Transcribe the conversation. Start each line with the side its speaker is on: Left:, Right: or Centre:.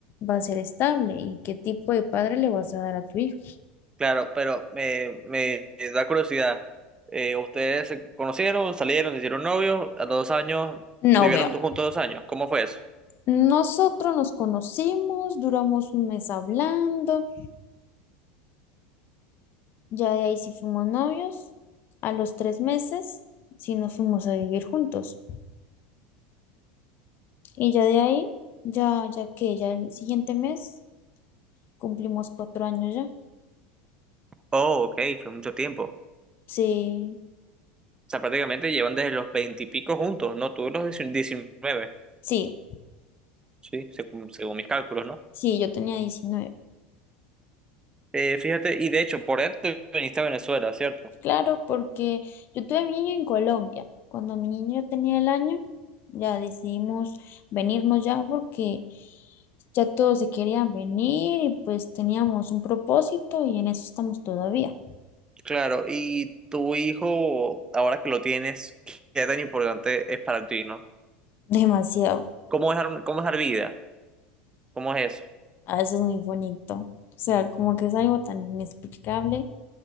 Left: va a ser estable y qué tipo de padre le vas a dar a tu hijo.
Right: claro, pero me, me da curiosidad. eh, ¿ustedes se conocieron, salieron, se hicieron novios, a los dos años,
Left: No
Right: vivieron
Left: veo.
Right: juntos dos años? ¿Cómo fue eso?
Left: Nosotros nos conocimos, duramos un mes hablando, ya de ahí sí fuimos novios. A los tres meses sí nos fuimos a vivir juntos. Y ya de ahí, ya, ya que ya el siguiente mes cumplimos cuatro años ya.
Right: Oh, ok, fue mucho tiempo. O
Left: Sí,
Right: sea, prácticamente llevan desde los veintipico juntos, ¿no? Tú los diecin- diecinueve,
Left: sí,
Right: sí, según, según mis cálculos, ¿no?
Left: sí, yo tenía diecinueve
Right: Eh, fíjate, y de hecho, por eso te viniste a Venezuela, ¿cierto?
Left: Claro, porque yo tuve a mi niño en Colombia. Cuando mi niño tenía el año, ya decidimos venirnos ya porque ya todos se querían venir y pues teníamos un propósito y en eso estamos todavía.
Right: Claro, y tu hijo, ahora que lo tienes, ¿qué tan importante es para ti, no?
Left: <laughs> Demasiado.
Right: ¿Cómo es, ar- cómo es dar vida? ¿Cómo es eso?
Left: Ah, eso es muy bonito. O sea, como que es algo tan inexplicable